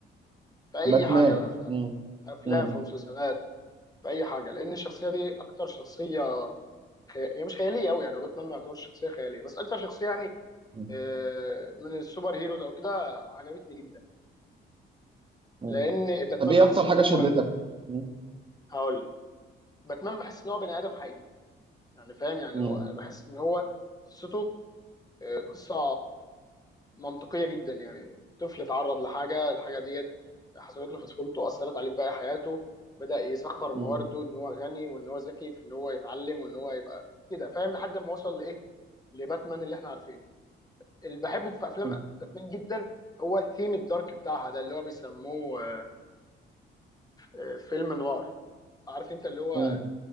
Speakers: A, on the left; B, on the right.
A: في اي
B: باتمان
A: حاجه بقى في
B: مم.
A: في افلام
B: مم.
A: في مسلسلات في اي حاجه لان الشخصيه دي اكتر شخصيه خي... هي مش خياليه قوي يعني وباتمان ما يعتبرش شخصيه خياليه بس اكتر شخصيه يعني
B: مم.
A: آه، من السوبر هيروز او كده عجبتني جدا
B: مم.
A: لان باتمان
B: طب ايه
A: بحس
B: اكتر
A: ان
B: حاجه
A: هو
B: شدتك مم.
A: هقول لك باتمان بحس ان هو بني ادم حقيقي يعني فاهم يعني
B: مم.
A: هو بحس ان هو قصته آه، قصه منطقيه جدا يعني طفل اتعرض لحاجه الحاجه ديت حصلت له في طفولته اثرت عليه في باقي حياته بدا يسخر موارده
B: مم.
A: ان هو غني وان هو ذكي في ان هو يتعلم وان هو يبقى كده فاهم لحد ما وصل لايه لباتمان اللي احنا عارفينه اللي بحبه في افلام
B: مم.
A: باتمان جدا هو الثيم الدارك بتاعها ده اللي هو بيسموه آه، فيلم نوار عارف انت اللي هو
B: مم.